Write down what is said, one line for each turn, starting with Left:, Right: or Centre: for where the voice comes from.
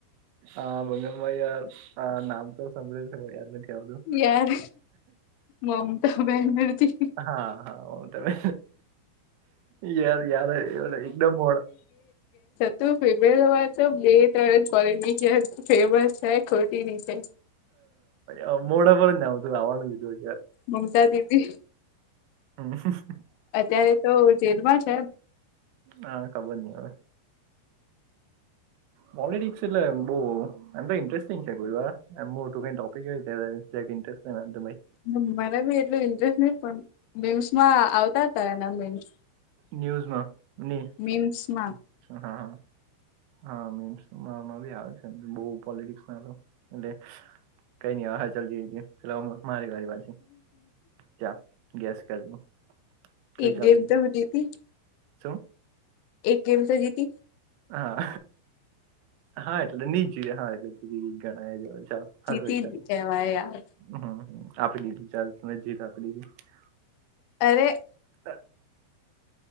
Right: હા બંગાલ માં યાર નામ તો સાંભળે છે યાદ નથી
Left: યાર મમતા બેનર્જી
Right: હા હા તમે યાર યાર એ એકદમ મોડા
Left: તું ફેબલ વા તો મે ત કોલેની જે ફેમસ છે ખોટી રીતે
Right: અ મોડા પર જ ના તું આવવાનું દીધું.
Left: મુમતા દીદી
Right: હમ.
Left: અત્યારે તો જેલમાં જ
Right: હા, ખબર નહીં હવે. પોલિટિક્સ એટલે બઉ એમ તો ઇન્ટરેસ્ટિંગ છે, મોટું કંઈ ટોપિકસ. સ્ટ <unintelligible>
Left: મને બી એટલું ઇન્ટરેસ્ટ નહીં, પણ મેમ્સ માં આવતા હતા એના મેમસ.
Right: ન્યૂઝમાં નહીં,
Left: મીમ્સમાં
Right: હા હ. હા, મીમ્સમા બી આવે છે બહુ પોલિટિક્સ ના, એટલે કંઈ નહી, વાહ ચાલતી હતી. મારી વાળી પાછી ચાલ. ગેસ કરજો.
Left: એક
Right: વિચારી
Left: ગેમ
Right: દો
Left: તો હજી હતી.
Right: શું?
Left: એક ગેમ તો જીતી.
Right: હા હા, એટલે નીચું હા એટલે જ ગણાય વળી. ચાલ,
Left: જીતી
Right: હ ચાલ,
Left: જ કહેવાય યાર
Right: હમ આપી દીધું. ચાલ, તમે જી કકડી હતી.
Left: અરે.
Right: ત્ર <unintelligible>